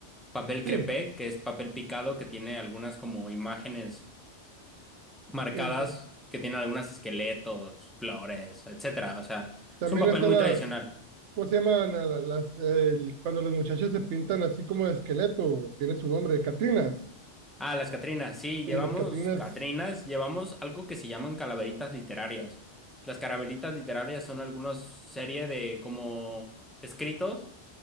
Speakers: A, in the centre; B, on the right.
A: papel crepé,
B: sí.
A: que es papel picado que tiene algunas como imágenes marcadas,
B: Erika.
A: que tiene algunos esqueletos, flores, etcétera. O sea,
B: También
A: es un papel
B: están
A: muy
B: las,
A: tradicional.
B: ¿cómo se llaman? A la- Las, el- cuando las muchachas se pintan así como de esqueleto, tiene su nombre, Catrinas.
A: Ah, las catrinas, sí,
B: Y
A: llevamos
B: las Catrinas.
A: catrinas, llevamos algo que se llaman calaveritas literarias. Las calaveritas literarias son algunas serie de como escritos